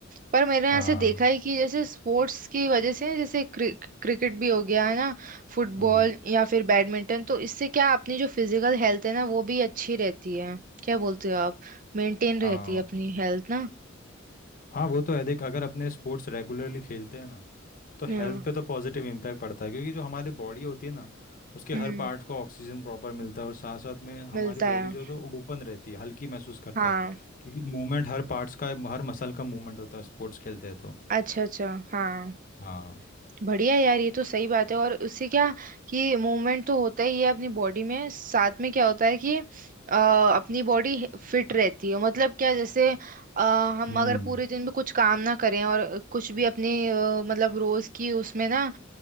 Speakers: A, on the right (about 40°); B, on the left (about 40°).
A: पर मैंने
B: हाँ
A: ऐसे देखा है कि जैसे स्पोर्ट्स की वजह से जैसे क्रिक, क्रिकेट भी हो गया है ना फुटबॉल
B: हम्म
A: या फिर बैडमिंटन तो इससे क्या अपनी जो फिजिकल हेल्थ है ना वो भी अच्छी रहती है क्या बोलते हो आप मेंटेन रहती
B: हाँ
A: है अपनी हेल्थ ना
B: हाँ वो तो है देख अगर अपने स्पोर्ट्स रेगुलरली खेलते हैं ना तो
A: हम्म
B: हेल्थ पे तो पॉजिटिव इम्पैक्ट पड़ता है क्योंकि जो हमारी बॉडी होती है ना उसके हर
A: हम्म
B: पार्ट को ऑक्सीजन प्रॉपर मिलता है और साथ साथ में हमारी
A: मिलता है
B: बॉडी जो है तो ओपन रहती है हल्की महसूस करते
A: हाँ
B: हैं क्योंकि मूवमेंट हर पार्ट्स का हर मसल का मूवमेंट होता है स्पोर्ट्स खेलते हैं तो
A: अच्छा अच्छा हाँ
B: हाँ
A: बढ़िया यार ये तो सही बात है और उससे क्या कि मूवमेंट तो होता ही है अपनी बॉडी में साथ में क्या होता है कि अ, अपनी बॉडी फिट रहती है मतलब क्या जैसे अ, हम
B: हम्म
A: अगर पूरे दिन में कुछ काम ना करें और कुछ भी अपने अ, मतलब रोज की उसमें ना